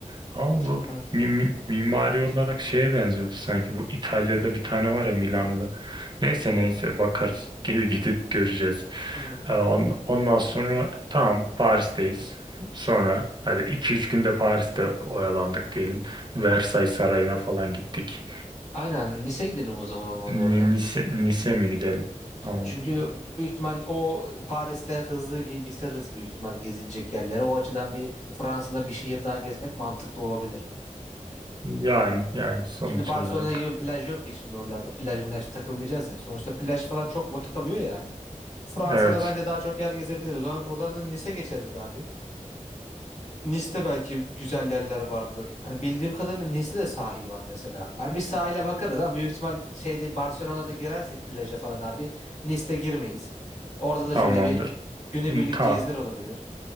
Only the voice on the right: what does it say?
ama bu
mi- mi- mimari olarak şeye benziyordu sanki bu İtalya'da bir tane var ya Milano'da neyse neyse bakarız Gel- <laughs> gidip göreceğiz
Ee, on- ondan sonra tamam Paris'teyiz sonra hadi iki üç günde Paris'te oyalandık diyelim Versailles Sarayı'na falan gittik
Ni-
Nice, Nice mi gidelim tamam
yani yani sonuç
olarak
evet
Tamamdır.
Hı, Tamam.